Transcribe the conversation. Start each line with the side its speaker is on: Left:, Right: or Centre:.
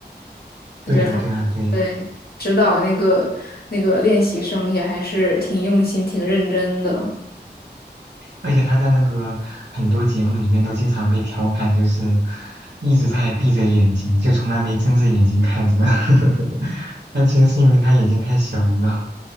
Left: 我觉得他对指导那个那个练习生也还是挺用心、
Right: 对呀对呀对呀，
Left: 挺认真的。
Right: 而且他在那个很多节目里面都经常被调侃，就是一直在闭着眼睛，就从来没睁着眼睛看着，<laughs> 但其实是因为他眼睛太小了，